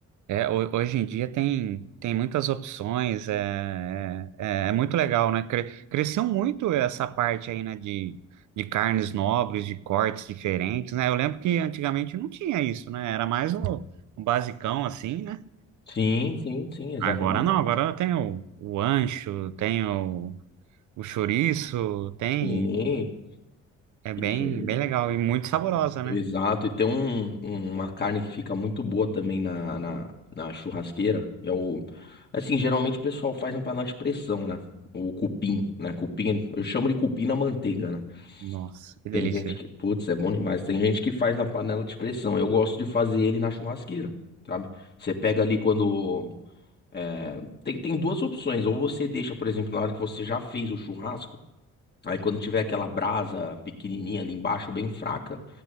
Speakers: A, on the right; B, on the left.
A: É, ho- hoje em dia tem, tem muitas opções, é, é, é é muito legal, né? Cre- cresceu muito essa parte aí, né? De, de carnes nobres, de cortes diferentes, né? Eu lembro que antigamente não tinha isso, né? Era mais o, o basicão, assim, né?
B: Sim, sim, sim, exatamente.
A: Agora não, agora tem o, o ancho, tem o, o chouriço, tem.
B: Sim.
A: É bem,
B: E,
A: bem legal e muito saborosa, né?
B: Exato, e tem um, um- uma carne que fica muito boa também na, na, na churrasqueira. É o, assim, geralmente o pessoal faz na panela de pressão, né? O cupim, né? Cupim, eu chamo de cupim na manteiga, né?
A: Nossa, que
B: Tem
A: delícia.
B: gente que, putz, é bom demais. Tem gente que faz na panela de pressão. Eu gosto de fazer ele na churrasqueira, sabe? Você pega ali quando. é, tem, tem duas opções. Ou você deixa, por exemplo, na hora que você já fez o churrasco. Aí quando tiver aquela brasa pequenininha ali embaixo, bem fraca,